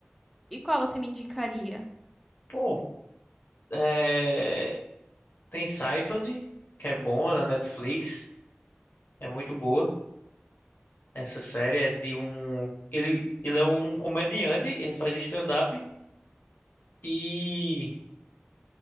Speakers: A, in the centre; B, on the left.
A: e qual você me indicaria?
B: Pô, é, tem Seinfeld, que é bom na Netflix. É muito boa. Essa série é de um. Ele, ele é um comediante, ele faz stand-up e.